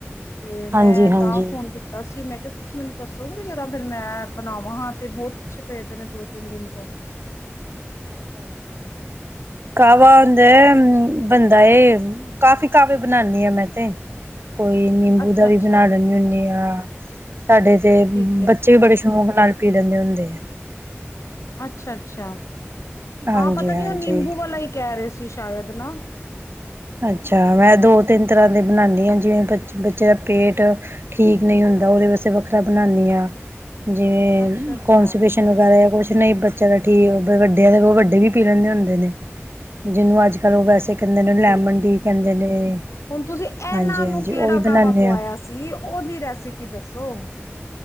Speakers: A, on the left; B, on the right.
A: ਤੇ ਮੈਂ
B: ਹਾਂਜੀ ਹਾਂਜੀ
A: ਤਾਂ ਫੋਨ ਕੀਤਾ ਸੀ ਮੈਂ ਕਿ ਤੁਸੀਂ ਮੈਨੂੰ ਦੱਸੋਗੇ ਜਰਾ ਫਿਰ ਮੈਂ ਬਣਾਵਾਂ, ਹਾਂ ਤੇ ਬਹੁਤ ਪਿੱਛੇ ਪਏਦੇ ਨੇ ਦੋ-ਤਿੰਨ ਦਿਨ ਤੋਂ।
B: ਕਾਅਵਾ ਹੁੰਦਾ, ਬਨਦਾ ਏ, ਕਾਫ਼ੀ ਕਾਅਵੇ ਬਣਾਨੀ ਆ ਮੈਂ ਤੇ ਕੋਈ ਨਿੰਬੂ
A: ਅੱਛਾ
B: ਦਾ ਵੀ
A: ਅੱਛਾ
B: ਬਣਾ ਲੈਨੀ ਹੁੰਨੀ ਆ। <unintelligible> ਸਾਡੇ ਤੇ
A: ਠੀਕ ਹੈ
B: ਬੱਚੇ ਵੀ ਬੜੇ ਸ਼ੌਕ ਨਾਲ ਪੀ ਲੈਂਦੇ ਹੁੰਦੇ ਐ।
A: ਅੱਛਾ, ਅੱਛਾ।
B: ਹਾਂਜੀ
A: ਹਾਂ ਪਤਾ ਨੀ
B: ਹਾਂਜੀ
A: ਓ ਨਿੰਬੂ ਵਾਲਾ ਹੀ ਕੈਹ ਰਹੇ ਸੀ। ਤੁਸੀਂ ਸ਼ਾਇਦ ਨਾ
B: ਅੱਛਾ, ਮੈਂ ਦੋ-ਤਿੰਨ ਤਰਾਂ ਦੇ ਬਣਾਨੀ ਆ, ਜਿਵੇਂ ਪੇਟ ਠੀਕ ਨਈ ਹੁੰਦਾ, ਓਦੇ ਵਸਤੇ ਵੱਖਰਾ ਬਨਾਨੀ ਆ। ਜਿਵੇਂ
A: ਅੱਛਾ ਅੱਛਾ
B: ਕੋਂਸੀਪੇਸ਼ਨ ਵਗੈਰਾ ਯਾ ਕੁਛ ਨਈ ਬੱਚਿਆਂ ਦਾ ਠੀਕ, ਵੱਡੇ ਵੱਡੇ ਵੀ ਪੀ ਲੈਂਦੇ ਹੁੰਦੇ ਨੇ, ਜਿਨੂੰ ਅੱਜ-ਕੱਲ ਓ ਵੈਸੇ ਕੈਂਦੇ ਨੇ ਲੈਮਨ
A: ਠੀਕ ਏ
B: ਟੀ ਕਹਿੰਦੇ ਨੇ
A: ਹੁਣ ਤੁਸੀਂ ਇਹਨਾਂ
B: ਹਾਂਜੀ-ਹਾਂਜੀ
A: ਨੂੰ ਕਿਹੜਾ
B: ਉਹ ਵੀ
A: ਕਾਹਵਾ
B: ਬਣਾਨੇ
A: ਪਵਾਇਆ
B: ਆ
A: ਸੀ ਓਹਦੀ ਰੈਸੀਪੀ ਦੱਸੋ